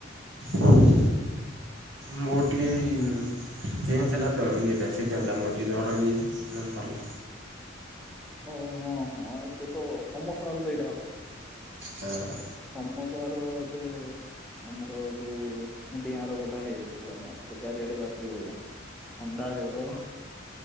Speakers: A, on the right (about 70°); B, in the centre.
A: ଭଲ। ମୋ ଟିକେ ଇ ଚେଞ ହେଲା ତ ଇଏଟା ସିଜିଁନିଟା ମୋର ଟିକେ ଜର ହେଇଯାଇଛି ନହେଲେ ଭଲ।
B: ଓ ହଁ ହଁ ଏବେ ତ ସମସ୍ତ ଆରୁକୁ ଏଇଟା ହବ।
A: ହୁଁ।
B: ତମ ତାର ଏବେ ଆମର ଯୋଉ ଡିଆଁର ଭଟା ହେଇଯାଇଛି ହଏନା ଚାରିଆଡେ ବ୍ୟାପିବି ହୁଏନା। କଣ୍ଡାଗଓରୁ